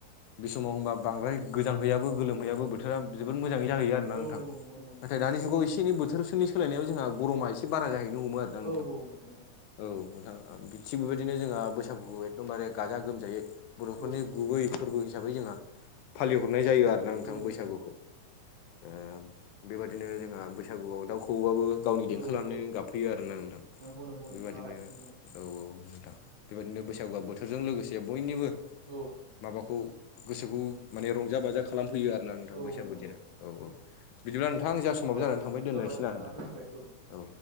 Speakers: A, on the left (about 80°); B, on the right (about 15°).
A: बे समाव होमबा बांद्राय गोजां हैयाबो गोलोमहैयाबो बोथो राबो जोबोर मोजाङै जाहैयो आरोना
B: औ
A: नोंथां नाथाय
B: नंगौ नंगौ नोंथां
A: दानि जुगाव एनै बो थोरसोनि सोलायनायाव जोंहा गरमा एसेारा जाहैनो हमो। आरोना
B: औ
A: नोंथां
B: औ नंगौ नंगौ
A: औ नोंथां थिग बेबायदिनो जोंहा बैसागुखौ एकदमबारे गाजा गोमजायै बर'फोरनि
B: औ
A: गुबै फोरबो हिसाबै जोंहा फालिहरनाय
B: औ
A: जायो आरोना नोंथां
B: औ नंगौ
A: बैसागुखौ
B: नंगौ नोंथां
A: ओ बेबादिनो जोंहा बैसागुआव दाउ खौवोआबो गावनि देंखो
B: औ
A: लानानै
B: औ
A: गाबफैयो आरोना नोंथां
B: नंगौ नंगौ
A: बेबायदिनो
B: नोंथाङा राइटखौ बुंदों
A: औ औ नोंथां बेबायदिनो बैसागुआ बोथोरजों लोगोसे बयनिबो
B: औ
A: माबाखौ गोसोखौ माने रंजा बाजा खालामफैयो आरो। आरोना नोंथां
B: औ
A: बैसागु
B: औ नंगौ
A: दिना
B: नंगौ
A: औ औ बिदिब्ला नोंथां जोङा समाबो
B: औ
A: जानानै थांबाय
B: समाबो
A: दोननोसै
B: जाबाय बिदिब्ला
A: ना नोंथां?
B: दोनथ'लायनोसै नोंथां
A: औ